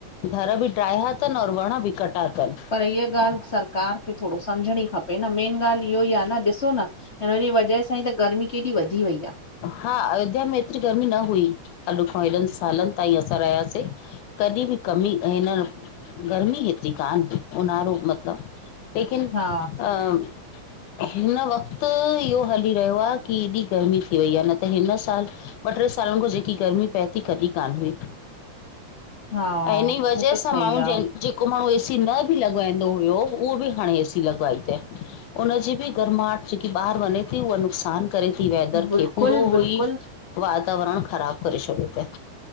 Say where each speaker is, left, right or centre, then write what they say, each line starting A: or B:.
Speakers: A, on the left; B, on the left.
A: घर बि ड्राहिया अथनि, और वण बि कटिया अथनि।
B: पर ईअ ॻाल्हि सरकार खे थोड़ो सम्झणी खपे न, मेन ॻाल्हि इहो ई आहे न, ॾिसो न। हिनजी वजह सां ई त, गर्मी केॾी वधी वई आह।
A: हा अयोध्या में एतिरी गर्मी न हुई, अॼु खां हेॾनि सालनि ताईं असां रहियासें। तॾहिं बि कमी, हिन गर्मी हेतिरी कान थी, ऊन्हारो मतलबु। लेकिन
B: हा
A: अं हिन वक़्तु, इहो हली रहियो आहे कि एॾी गर्मी थी वई आहे। न त हिन साल, ॿ टे सालनि खां जेकी गर्मी पए थी, कॾहिं कान हुई।
B: हा
A: ऐं हिन ई वजह
B: हू त
A: सां
B: सही
A: माण्हू
B: आहे
A: जं जेको माण्हू ए सी न बि लॻाईंदो हुयो, उहो बि हाणे एसी लॻाई तए। हुन जी बि गर्माहट जेकी ॿाहिरि वञे ती उहा नुक़सान करे वेदर
B: बिल्कुलु
A: खे पूरो
B: बिल्कुलु
A: हुई वातावरण ख़राब करे शॾे त।